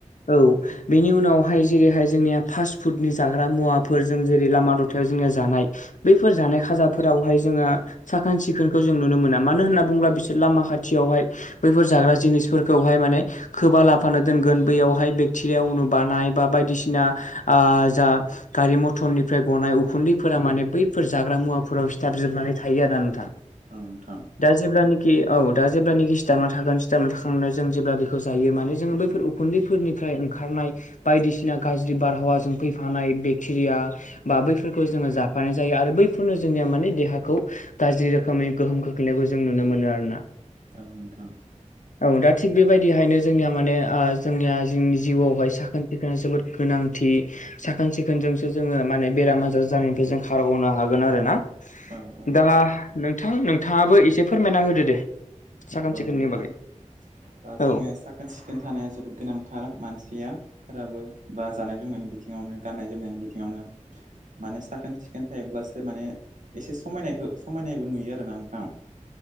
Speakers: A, on the left; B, on the right.
A: औ बेनि उनावहाय जेरैहाय जोंनिया फास्ट फुडनि जाग्रा मुवाफोर जों जेरै लामा दथायाव जोंनि जानाय बैफोर जानाय खाजाफोरावहाय जोङो साखोन सिखोनखौ जों नुनो मोना मानो होनना बुङोला बिसोर लामा खाथियावहाय बैफोर जाग्रा जिनिसफोरखौहाय माने खोबा लाफानो दोनगोन बैयावहाय बेक्टेरिया उ बानाय बा बायदिसिना आ जा गारि मथर टननिफ्राय गनाय उखुन्दैफोरा माने बैफोर जाग्रा मुवाफोराव सिथाब जोबनानै थायो आरो ना नोंथां
B: ओं नोंथां
A: दा जेल्बानिखि औ दा जेब्लखि स्टाराव थागोन स्टानाव थाखांनानै जों जेब्ला बेखौ जायो माने जोङो बैफोर खुन्दैफोरनिफ्राय ओंखारनाय बायदिसिना गाज्रि बारहावाजों फैफानाय बेक्टेरिया बा बैफोरखौ जोङो जाफानाय जायो आरो बैफोरनो जोंनिया माने देहाखौ गाज्रि रोखोमै गोहोम खोख्लैनायखौ जों नुनो मोनो आरो ना।
B: औ नोंथां
A: <inaudible> औ दा थिग बेबायदिहायनो जोंनिया माने ओ जोंनिया जोंनि जिउआवहाय साखोन सिखोना जोबोद गोनांथि। साखोन सिखोन जोंसो जोङो माने बेराम आजार जानायनिफ्राय जों खारग'नो हागोन आरोना
B: औ औ
A: दा नोंथां नोंथाङाबो एसे फोरमायना होदो दे साखोन
B: औ
A: सिखोननि
B: नोंथां
A: बागै
B: दा जोङो
A: औ
B: साखोन सिखोन थानाया जोबोद गोनांथार मानसिया फोराबो बा जानाय लोंनायनि बिथिङावनो गान्नाय जोमनायनि बिथिङावनो माने साखोन सिखोन थायोब्लासो माने एसे समायनायखौ समायनायबो नुयो आरोना नोंथां।